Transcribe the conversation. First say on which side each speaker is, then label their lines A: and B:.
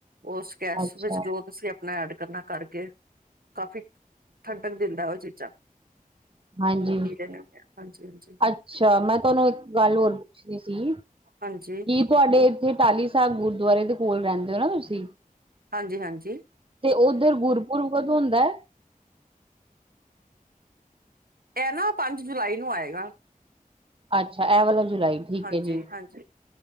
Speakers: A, on the right; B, on the right.
A: ਉਸ ਸਕੈਸ
B: ਅੱਛਾ
A: ਵਿੱਚ ਜੋ ਤੁਸੀਂ ਆਪਣਾ ਐਡ ਕਰਨਾ ਕਰਕੇ, ਕਾਫੀ ਠੰਡਕ ਦਿੰਦਾ ਓ ਚੀਜ਼ਾਂ
B: ਹਾਂਜੀ।
A: ਉਹ ਪੀ ਲੈਂਦੇ ਹੁੰਦੇ ਆ ਹਾਂਜੀ ਹਾਂਜੀ
B: ‌ਅੱਛਾ, ਮੈਂ ਤੁਹਾਨੂੰ ਇੱਕ ਗੱਲ ਹੋਰ ਪੁੱਛਣੀ ਸੀ।
A: ਹਾਂਜੀ।
B: ਕੀ ਤੁਹਾਡੇ ਇੱਥੇ ਟਾਹਲੀ ਸਾਹਿਬ ਗੁਰਦੁਆਰੇ ਦੇ ਕੋਲ ਰਹਿੰਦੇ ਔ, ਨਾ ਤੁਸੀਂ?
A: ਹਾਂਜੀ- ਹਾਂਜੀ।
B: ਤੇ ਓਧਰ ਗੁਰਪੁਰਬ ਕਦੋਂ ਹੁੰਦਾ ਐ।
A: ਐ ਨਾ ਪੰਜ ਜੁਲਾਈ ਨੂੰ ਆਏਗਾ।
B: ਅੱਛਾ, ਐਹ ਵਾਲਾ ਜੁਲਾਈ ਠੀਕ
A: ਹਾਂਜੀ
B: ਐ ਜੀ,
A: ਹਾਂਜੀ